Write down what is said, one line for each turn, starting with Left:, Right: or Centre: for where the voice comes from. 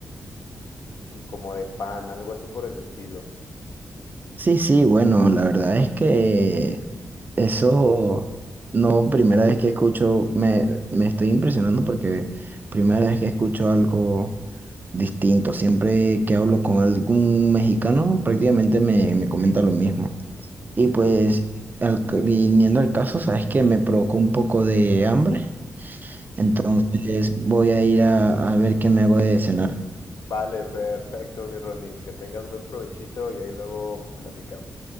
Left: Y como de pan, algo así por el estilo.
Right: Sí, sí, bueno, la verdad es que eso no, primera vez que escucho, me, me estoy impresionando porque primera vez que escucho algo. distinto. Siempre que hablo con algún mexicano, prácticamente me, me comenta lo mismo. Y pues, al ca- viniendo al caso, sabes que me provocó un poco de hambre. Entonces voy a ir a, a ver qué me hago de cenar.
Left: Vale, perfecto, mi Ronnie. Que tengas buen provechito y ahí luego platicamos.